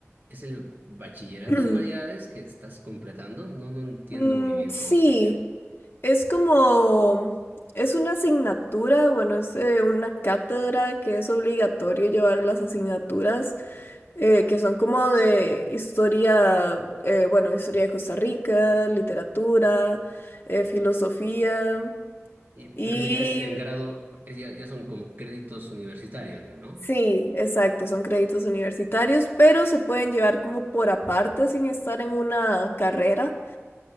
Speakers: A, on the right (about 40°); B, on the left (about 50°).
A: es el bachillerato
B: <clears throat>
A: de humanidades que estás completando? No, no entiendo
B: Mm,
A: muy bien
B: sí.
A: cómo funciona.
B: Es como, es una asignatura, bueno, es eh, una cátedra que es obligatorio llevar las asignaturas eh, que son como de historia, eh, bueno, historia de Costa Rica, literatura, eh, filosofía
A: Y,
B: y
A: pero eso ya es en grado, es ya, ya son como créditos universitarios ya, ¿no?
B: sí, exacto, son créditos universitarios, pero se pueden llevar como por aparte sin estar en una carrera.